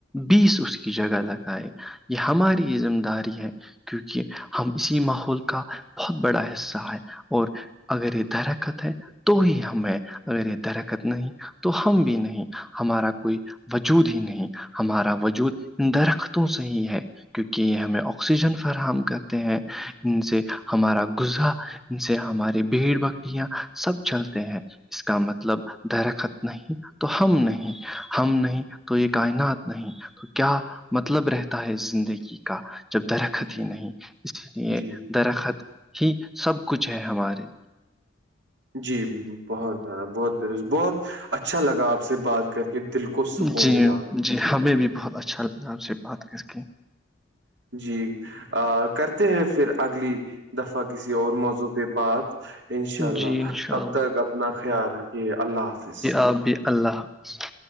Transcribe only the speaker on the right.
جی
جی
جی بہت زیادہ بہت درست بہت اچھا لگا آپ سے بات کر کے دل کو سکون
ملا
جی کرتے ہیں پھر اگلی دفعہ کسی اور موضوع پہ بات انشاء اللہ
تب تک اپنا خیال رکھیے اللہ حافظ